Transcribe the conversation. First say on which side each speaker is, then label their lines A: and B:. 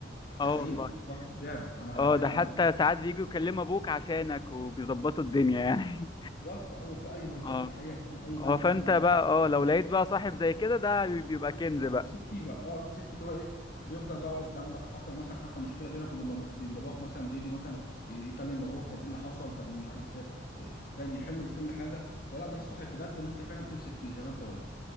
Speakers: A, on the left (about 25°); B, on the left (about 50°).
A: اه
B: ده حقيقه
A: والله
B: بالظبط فعلا انا
A: اه
B: انا فعلا
A: ده حتى
B: انا
A: ساعات بيجوا يكلموا ابوك عشانك وبيظبطوا الدنيا يعني
B: بالظبط ايوه في اي بالظبط
A: <laughs> اه
B: ده حقيقه فعلا اي موقف
A: اه فانت بقى اه لو لقيت بقى صاحب زي كده ده بيبقى كنز
B: لا
A: بقى
B: امسك فيه بقى اه امسك فيه اللي هو ايه بيفضل بقى واقف جنبك حصل مثلا حتى مشكله بينك وبين بابا- بين باباك مثلا بيجي مثلا ي- يكلم باباك طب ايه اللي حصل طب مش عارف إيه، فاهم يحل كل حاجه فلا ده الصاحب بجد اللي انت فعلا تمسك فيه زي ما انت قلت